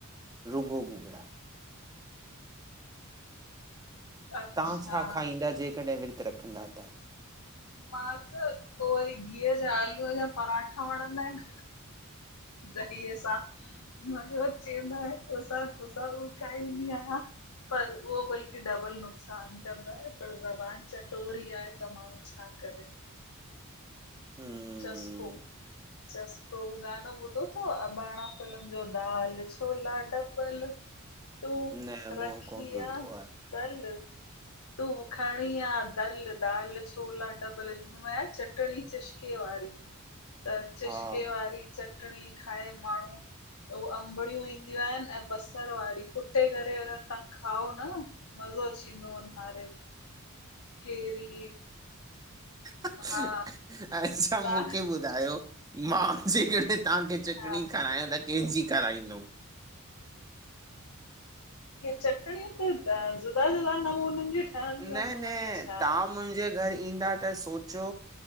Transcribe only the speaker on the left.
अच्छा
मां त पो वरी घीअ जा आलूअ जा परांठा वणंदा आहिनि, ॾहीअ सां मज़ो अची वेंदो आहे कोसा, कोसा हू खाईंदी आहियां पर उहो बल्कि डबल नुक़सान कंदो आहे, पर ज़बान चटोरी आहे त माण्हू छा कॾहिं
चस्को चस्को, हु गानो ॿुधो अथव अबाणा फ़िल्म जो दाल छोला ढबल तू
रखी
आ
सल तू खणी आ दल, दाल छोला ढबल, जहिं में आहे चटणी चश के वारी त चशके
वारी चटणी खाए माण्हू ओ अंबड़ियूं ईंदियूं आहिनि ऐं बसर वारी, कुटे करे अगर तव्हां खाओ न, मस्त मज़ो अची वेंदो आ उन्हारे में, केरी
हा तव्हां
हा
की चटणियूं त ज़ुदा ज़ुदा नमूननि जी ठहंदियूं
आहिनि हुनमें
छा आहे